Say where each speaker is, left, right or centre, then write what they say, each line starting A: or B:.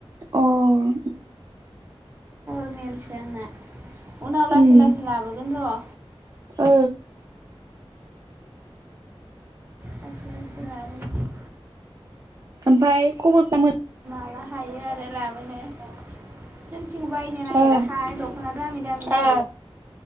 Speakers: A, on the right; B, on the right.
A: अ उम
B: मेलसो आंना। उनाव लासै
A: उम
B: लासै लाबोगोन र'
A: ओ
B: लासै लासै लाबोनसै
A: ओमफाय खबरफ्रा मो
B: <unintelligible> हायो आरो लाबोनो जोंनिथिं बायनो नागिराहाय
A: ओ
B: द ना दामि दामि औ।